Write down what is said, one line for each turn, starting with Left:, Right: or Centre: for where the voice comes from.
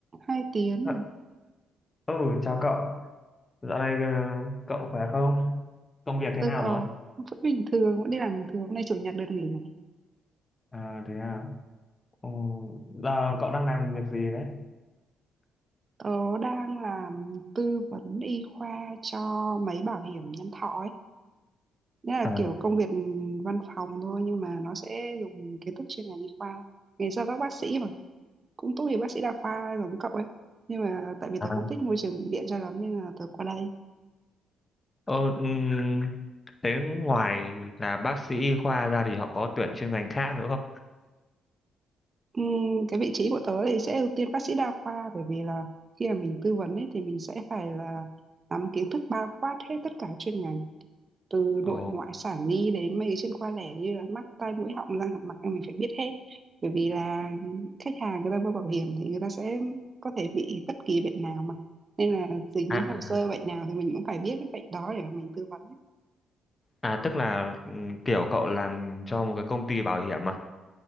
Right: hai tiếng
Left: Ờ, Ừ, chào cậu. Dạo này ờ, cậu khỏe không? Công việc thế
Right: tôi
Left: nào
Right: có
Left: rồi?
Right: vẫn bình thường vẫn đi làm bình thường hôm nay chủ nhật được nghỉ này
Left: À, thế à. Ừ, giờ cậu đang làm việc gì đấy?
Right: tớ đang làm tư vấn y khoa cho mấy bảo hiểm nhân thọ ấy nghĩa là
Left: À,
Right: kiểu công việc văn phòng thôi nhưng mà nó sẽ dùng kiến thức chuyên ngành y khoa nghề gia tóc bác sĩ mà cũng tốt nghiệp bác sĩ đa khoa giống cậu ấy nhưng mà tại vì
Left: à.
Right: tớ không thích môi trường bệnh viện cho lắm nên là tớ qua đây
Left: Ờ, ừm, thế ngoài là bác sĩ y khoa ra thì họ có tuyển chuyên ngành khác nữa không?
Right: Ừm, cái vị trí của tớ thì sẽ ưu tiên bác sĩ đa khoa bởi vì là khi mà mình tư vấn ấy thì mình sẽ phải là nắm kiến thức bao quát hết tất cả chuyên ngành từ
Left: Ồ,
Right: nội ngoại sản nhi đến mấy cái chuyên khoa lẻ như là mắt tai mũi họng răng hàm mặt là mình phải biết hết bởi vì là khách hàng người ta mua bảo hiểm thì người ta sẽ có thể bị bất kỳ bệnh nào mà nên là dính
Left: à,
Right: đến
Left: à,
Right: hồ sơ bệnh nào thì mình cũng phải biết cái bệnh đó để mà mình tư vấn
Left: à tức là ừm, kiểu cậu làm cho một cái công ty bảo hiểm à?